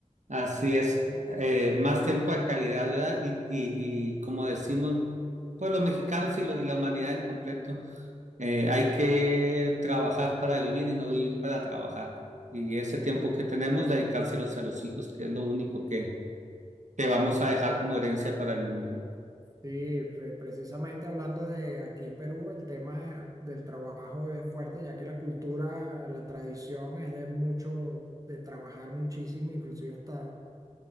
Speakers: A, on the right; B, on the right.
A: Así es, eh, más tiempo de calidad, ¿verdad? Y, y, y como decimos, pues los mexicanos y, lo- y la humanidad en completo, eh, hay que trabajar para vivir y no vivir para trabajar. Y ese
B: Es
A: tiempo
B: correcto.
A: que tenemos, dedicárselos a los hijos, que es lo único que, que vamos a dejar como herencia para el mundo.
B: Sí, pre- precisamente hablando de aquí en Perú, el tema eh, del trabajo es fuerte, ya que la cultura, la tradición es de mucho, de trabajar muchísimo, inclusive hasta